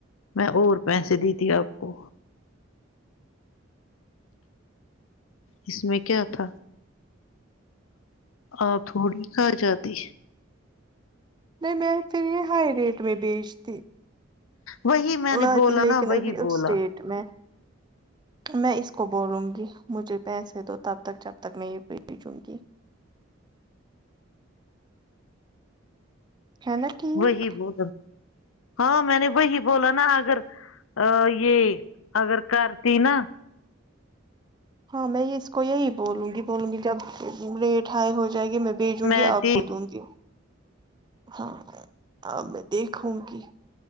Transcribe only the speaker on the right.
نہیں میں پھر یہ ہائی ریٹ میں بیچتی
لاتی
لیکن
ابھی
اس ریٹ میں میں اس کو بولوں گی مجھے پیسے دو تب تک جب تک میں یہ بھیجوں گی ہے نا ٹھیک
ہاں میں اس کو یہی بولوں گی بولوں گی جب ریٹ ہائی ہو جائے گی میں بھیجوں
گی آپ
کو دوں گی ہاں ا میں دیکھوں گی